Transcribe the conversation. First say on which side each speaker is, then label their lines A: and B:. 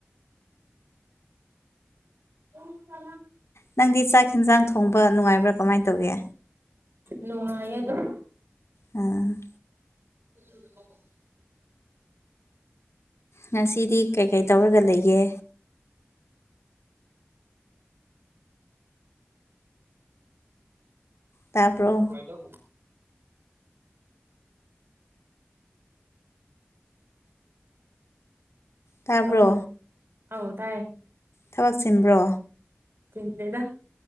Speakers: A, on the right; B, on the left.
A: ꯍ ꯀ
B: ꯅꯪꯗꯤ ꯆꯥꯛ ꯌꯦꯤꯟꯖꯥꯡ ꯊꯣꯡꯕ ꯅꯨꯡꯉꯥꯏꯕ꯭ꯔꯥ ꯀꯃꯥꯏꯅ ꯇꯧꯒꯦ
A: ꯅꯨꯡꯉꯥꯏ ꯑꯗꯨꯝ
B: ꯎꯝ
A: ꯎꯣꯏ
B: ꯉꯁꯤꯗꯤ ꯀꯩꯀꯩ ꯇꯧꯔꯒ ꯂꯩꯒꯦ ꯇꯥꯕ꯭ꯔꯣ
A: ꯍ ꯀꯣꯏ ꯂ
B: ꯇꯥꯕ꯭ꯔꯣ
A: ꯑ ꯑꯥꯎ ꯇꯥꯏꯌꯦ
B: ꯊꯕꯛ ꯆꯤꯟꯕ꯭ꯔꯣ
A: ꯆꯗ